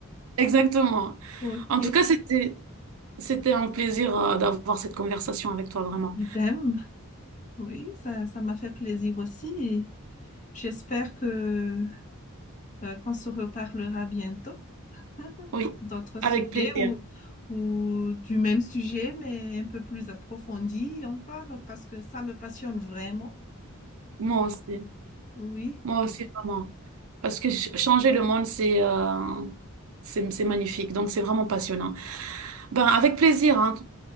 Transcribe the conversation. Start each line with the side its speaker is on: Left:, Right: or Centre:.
Right: Exactement.
Left: Ok.
Right: En tout cas, c'était, c'était un plaisir euh, d'avoir cette conversation avec toi, vraiment.
Left: Idem. Oui, ça, ça m'a fait plaisir aussi. et J'espère que euh, qu'on se reparlera bientôt <laughs>
Right: Oui,
Left: d'autres sujets
Right: avec plaisir.
Left: ou, ou du même sujet, mais un peu plus approfondi encore, parce que ça me passionne vraiment.
Right: Moi aussi.
Left: Oui,
Right: Moi aussi, vraiment. Parce que ch- changer le monde, c'est euh, c'est, c'est magnifique. Donc, c'est vraiment passionnant. Ben, avec plaisir, hein.